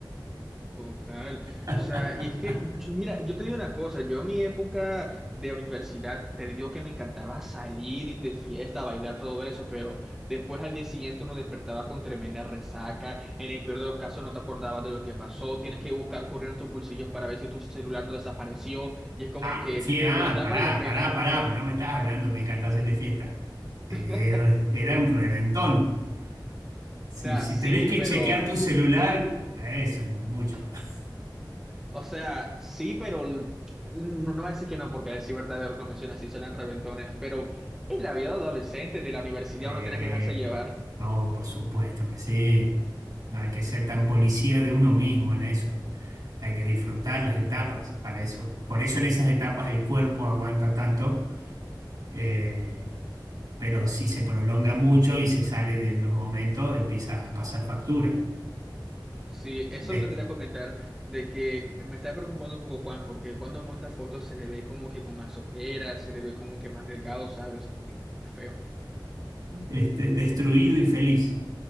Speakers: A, in the centre; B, on the right.
A: Total. O
B: <laughs>
A: sea, y es que, yo- mira, yo te digo una cosa, yo en mi época de universidad, te digo que me encantaba salir, ir de fiesta, bailar, todo eso, pero después al día siguiente uno despertaba con tremenda resaca, en el peor de los casos no te acordabas de lo que pasó, tienes que buscar correr en tus bolsillos para ver si tu celular no desapareció, y es como
B: Ah,
A: que
B: sí,
A: de
B: ah,
A: verdad
B: pará,
A: vale la pena.
B: pará, pará, pero no me estás hablando, me encanta hacer de fiesta. Eh,
A: <laughs>
B: eh, Era un reventón. Si,
A: O sea,
B: si
A: sí,
B: tenés que
A: pero...
B: chequear tu celular, eso es mucho. <laughs>
A: O sea, sí, pero el- no, no voy a decir que no, porque a decir verdad de lo que mencionas, sí salen reventones, pero en la vida de adolescente, de la universidad,
B: Eh,
A: uno tiene que dejarse llevar.
B: no, por supuesto que sí. No hay que ser tan policía de uno mismo en eso. Hay que disfrutar las etapas para eso. Por eso en esas etapas el cuerpo aguanta tanto. eh, pero si se prolonga mucho y se sale de los momentos, empieza a pasar factura.
A: Sí, eso
B: Es
A: es lo que te quería comentar, de que me está preocupando un poco Juan, porque cuando monta fotos se le ve como que con más ojeras, se le ve como que más delgado, ¿sabes? Qué feo.
B: este, destruido y feliz.